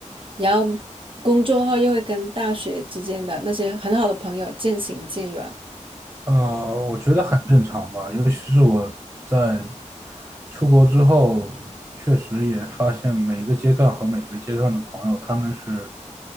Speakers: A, on the right (about 40°); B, on the right (about 20°).
A: 然后工作后又会跟大学之间的那些很好的朋友渐行渐远。
B: 呃，我觉得很正常吧，尤其是我在出国之后，确实也发现每个阶段和每个阶段的朋友，他们是